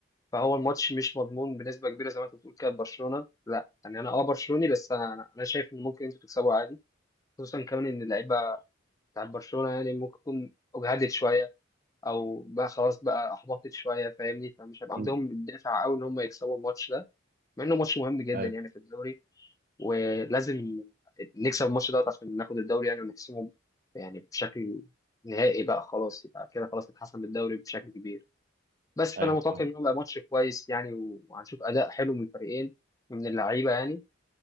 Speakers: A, on the left; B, on the right.
A: فهو الماتش مش مضمون بنسبة كبيرة زي ما انت بتقول كده برشلونة لا يعني انا اه برشلوني بس انا انا أنا شايف ان ممكن انتوا تكسبوا عادي خصوصا كمان ان اللعيبة بتاعت برشلونة يعني ممكن تكون اجهدت شوية او بقى خلاص بقى احبطت شويه فاهمني فمش هيبقى عندهم
B: مم.
A: الدافع قوي ان هم يكسبوا الماتش ده مع انه ماتش مهم جدا
B: ايوه
A: يعني في الدوري ولازم نكسب الماتش ده عشان ناخد الدوري يعني ونحسمه يعني بشكل نهائي بقى خلاص يبقى كده خلاص اتحسم الدوري بشكل كبير بس فانا
B: ايوه
A: متوقع
B: فاهم
A: ان هو يبقى ماتش كويس يعني وهنشوف اداء حلو من الفريقين من اللعيبه يعني